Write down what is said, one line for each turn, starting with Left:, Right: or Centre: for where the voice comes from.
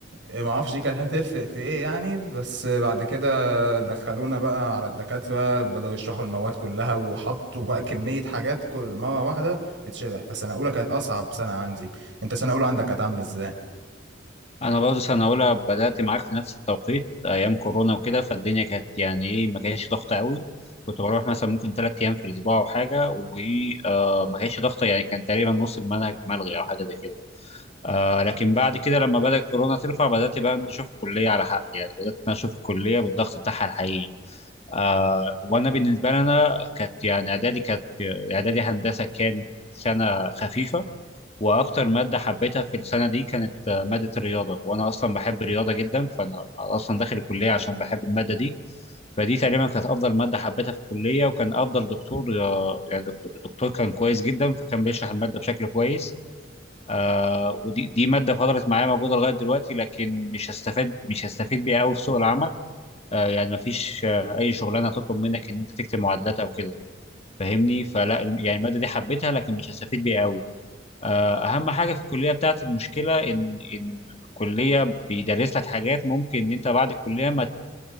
Right: إيه، ما اعرفش دي كانت هتفرق في ايه يعني بس بعد كده دخلونا بقى على الدكاترة بدأوا يشرحوا المواد كلها وحطوا بقى كمية حاجات كل مرة واحدة تتشرح فسنة أولى كانت أصعب سنة عندي أنت سنة أولى عندك كانت عاملة إزاي؟
Left: انا برضو سنه اولى بدات معاك في نفس التوقيت ايام كورونا وكده فالدنيا كانت يعني ايه ما كانتش ضغطه قوي كنت بروح مثلا ممكن ثلاث ايام في الاسبوع او حاجه وما كانتش ضغطه يعني كان تقريبا نص المنهج ملغي او حاجه زي كده آه لكن بعد كده لما بدات كورونا ترفع بدات بقى نشوف الكليه على حق يعني بدات إن أنا اشوف الكليه بالضغط بتاعها الحقيقي آه وانا بالنسبه لي انا كانت يعني اعدادي كانت اعدادي هندسه كانت سنه خفيفه واكتر ماده حبيتها في السنه دي كانت آه، ماده الرياضه وانا اصلا بحب الرياضه جدا فانا اصلا داخل الكليه عشان بحب الماده دي فدي تقريبا كانت افضل ماده حبيتها في الكليه وكان افضل دكتور آه، يعني دكتور الدكتور كان كويس جدا فكان بيشرح الماده بشكل كويس آه ودي دي ماده فضلت معايا موجوده لغايه دلوقتي لكن مش هستفاد مش هستفيد بيها قوي في سوق العمل آه يعني ما فيش آه اي شغلانه تطلب منك ان انت تكتب معادلات او كده فاهمني فلا الم- يعني الماده دي حبيتها لكن مش هستفيد بيها قوي آه، اهم حاجه في الكليه بتاعتي المشكله ان ان الكليه بيدرس لك حاجات ممكن ان انت بعد الكليه ما ت-